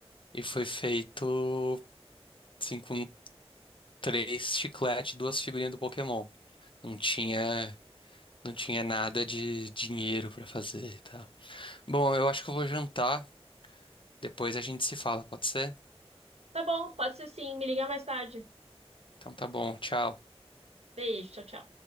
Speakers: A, on the left; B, on the right.
A: e foi feito, assim, com três chicletes e duas figurinhas do Pokémon. Não tinha, não tinha nada de dinheiro pra fazer e tal. Bom, eu acho que eu vou jantar, depois a gente se fala, pode ser?
B: Tá bom, pode ser sim. Me liga mais tarde.
A: Então tá bom, tchau.
B: Beijo, tchau, tchau.